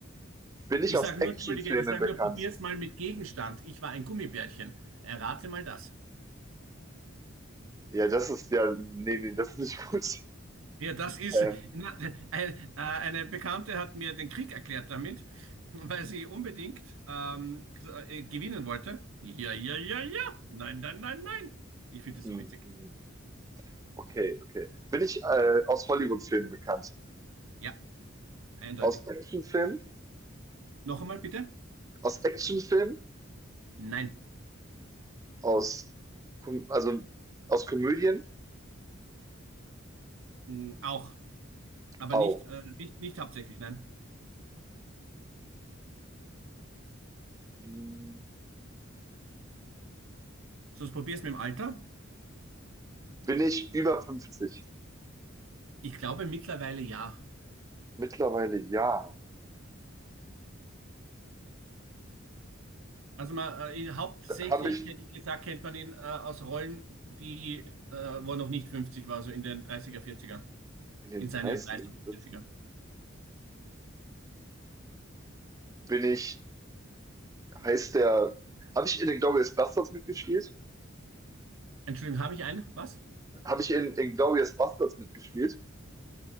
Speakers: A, on the right (about 15°); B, on the right (about 75°).
A: bin ich
B: Ich
A: aus
B: sage
A: Actionfilmen
B: nur, entschuldige, ich sage
A: bekannt?
B: nur, probier's mal mit Gegenstand. Ich war ein Gummibärchen. Errate mal das.
A: Ja, das ist ja. Nee, nee, das ist nicht <laughs> gut.
B: Ja, das ist,
A: Ähm,
B: na, ein, äh, eine Bekannte hat mir den Krieg erklärt damit, weil sie unbedingt ähm, g- äh, gewinnen wollte. Ja, ja, ja, ja. Nein, nein, nein, nein. Ich finde das
A: mhm.
B: so witzig.
A: okay, okay. Bin ich äh, aus Hollywood-Filmen bekannt?
B: Ja, eindeutig.
A: Aus Actionfilmen?
B: Noch einmal bitte?
A: Aus Actionfilmen?
B: Nein.
A: Aus Kom also aus Komödien?
B: Mm, Auch. Aber
A: Au.
B: nicht, äh, nicht, nicht hauptsächlich, nein.
A: Hm,
B: Sonst probier's mit dem Alter.
A: bin ich über fünfzig
B: Ich glaube mittlerweile ja.
A: Mittlerweile ja.
B: Also man, äh, hauptsächlich,
A: Habe ich
B: hätte ich gesagt, kennt man ihn äh, aus Rollen, die, äh, wo er noch nicht 50 war, so in den 30er, 40er.
A: in den
B: In
A: Dreißigern
B: seinen 30er,
A: ern
B: 40er.
A: Bin ich, heißt der, habe ich in Inglourious Basterds mitgespielt?
B: Entschuldigung, habe ich einen? Was?
A: Habe ich in Inglourious Basterds mitgespielt?